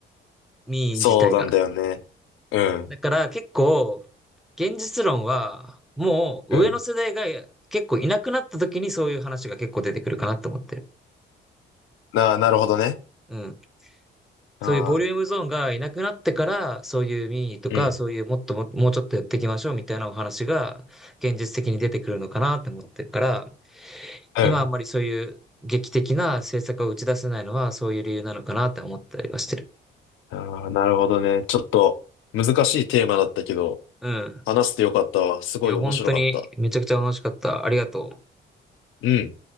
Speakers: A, in the centre; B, on the left.
A: 民意自体が。
B: そうなんだよね。うん。
A: だから結構、現実論は、もう上の世代が結構いなくなった時にそういう話が結構出てくるかなと思ってる。
B: うん。なあ、なるほどね。
A: うん。
B: ああ、
A: そういうボリュームゾーンがいなくなってから、そういう民意とか、
B: うん。
A: そういうもっとも、もうちょっとやっていきましょうみたいなお話が現実的に出てくるのかなって思ってるから、
B: うん。
A: 今あんまりそういう劇的な政策を打ち出せないのはそういう理由なのかなって思ったりはしてる。
B: ああ、なるほどね。ちょっと、難しいテーマだったけど、
A: うん。
B: 話してよかったわ。すごい面白かった。
A: いや、本当にめちゃくちゃ楽しかった。ありがとう。
B: うん。